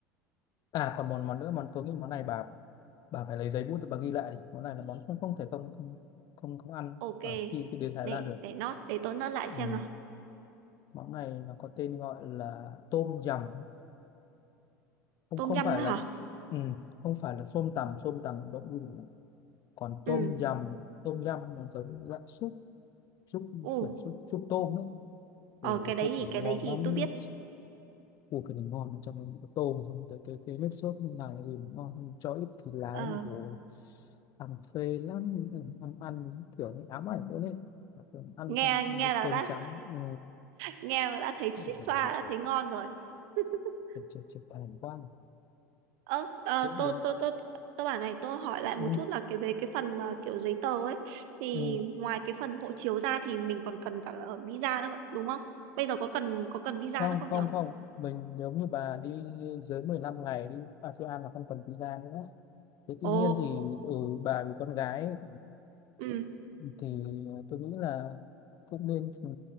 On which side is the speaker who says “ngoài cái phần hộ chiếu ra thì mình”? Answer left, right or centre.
Right